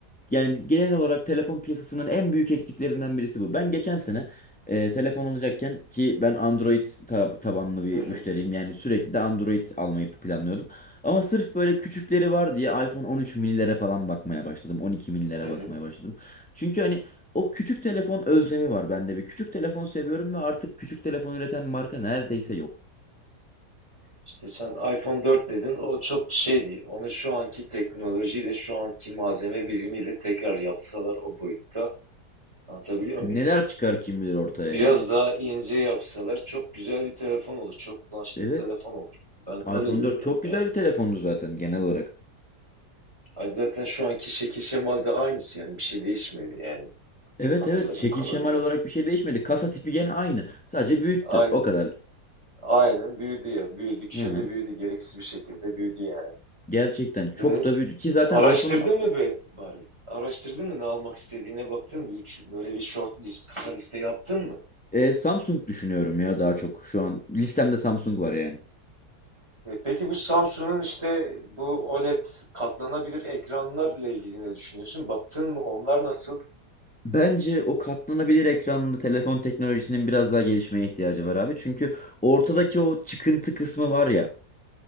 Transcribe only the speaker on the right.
Hı hı,
hı
hı.
İşte sen iPhone 4 dedin o çok şeydi. Onu şu anki teknolojiyle şu anki malzeme bilimiyle tekrar yapsalar o boyutta anlatabiliyor
muyum?
Biraz
daha ince yapsalar çok güzel bir telefon olur. Çok kullanışlı
bir telefon olur. Ben öyle
görüyorum
yani.
Ay zaten şu anki şekil şemalde aynısı yani bir şey değişmedi yani
hatırladığım
kadarıyla.
Aynen.
Aynen büyüdü ya. Büyüdükçe
de büyüdü. Gereksiz bir şekilde büyüdü yani.
Hı.
Araştırdın
mı be bari? Araştırdın mı ne almak istediğine baktın mı? Üç, böyle bir short list, kısa liste yaptın mı?
E, peki bu Samsung'un işte bu OLED katlanabilir ekranlarla ilgili ne düşünüyorsun? Baktın mı onlar nasıl?